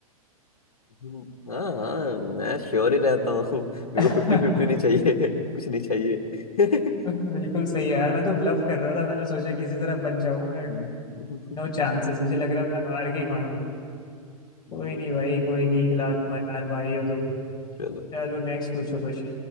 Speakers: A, on the left; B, on the left.
A: हम्म, हाँ हाँ मैं श्योर ही रहता हूँ <laughs> मेरे
B: <laughs>
A: को फिफ्टी फिफ्टी नहीं चाहिए <laughs> कुछ नहीं चाहिए <laughs>
B: बिल्कुल सही है यार मैं तो ब्लफ कर रहा था मैंने सोचा किसी तरह बच जाऊंगा
A: हम्म।
B: नो चांसेस
A: <laughs>
B: मुझे लग रहा था हार के ही मानूंगा कोई
A: हम्म।
B: नहीं भाई कोई नहीं खिला तुम्हारे यार भाई हो तुम
A: चलो
B: चलो नेक्स्ट पूछो कुछ